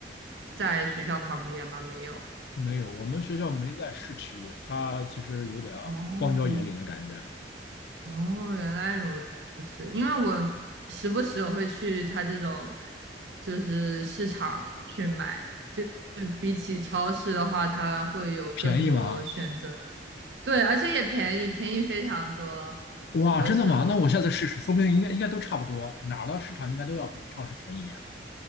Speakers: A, on the right; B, on the left.
A: 在学校旁边吗？没有。
B: 没有，我们学校没在市区，它其实有点啊荒郊野岭的感觉。
A: 哦，哦，原来如此。因为我时不时我会去他这种就是市场去买，就就比起超市的话，它会有更多选择。
B: 便宜吗？
A: 对，而且也便宜，便宜非常多，
B: 哇，
A: 很多时候。
B: 真的吗？那我下次试试，说不定应该应该都差不多，哪儿的市场应该都要比超市便宜一点了